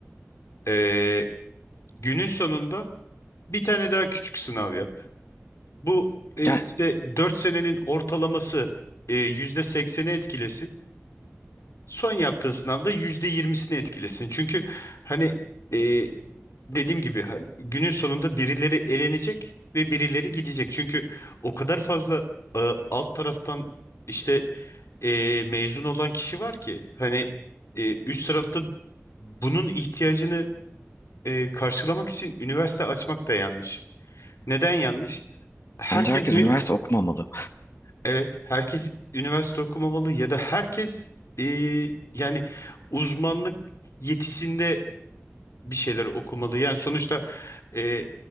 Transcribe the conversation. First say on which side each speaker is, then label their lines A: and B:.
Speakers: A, on the left; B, on the left.
A: E, günün sonunda bir tane daha küçük sınav yap. Bu e,
B: Gel.
A: işte 4 senenin ortalaması e, yüzde sekseni etkilesin. Son yaptığın sınavda yüzde yirmisini etkilesin. Çünkü hani e, dediğim gibi hani günün sonunda birileri elenecek ve birileri gidecek. Çünkü o kadar fazla e, alt taraftan işte e, mezun olan kişi var ki hani e, üst tarafta bunun ihtiyacını e, karşılamak için üniversite açmak da yanlış. Neden yanlış? Herkes
B: Bence herkes
A: mü-
B: üniversite okumamalı.
A: Evet, herkes üniversite okumamalı ya da herkes e, yani uzmanlık yetisinde bir şeyler okumalı. Yani sonuçta e,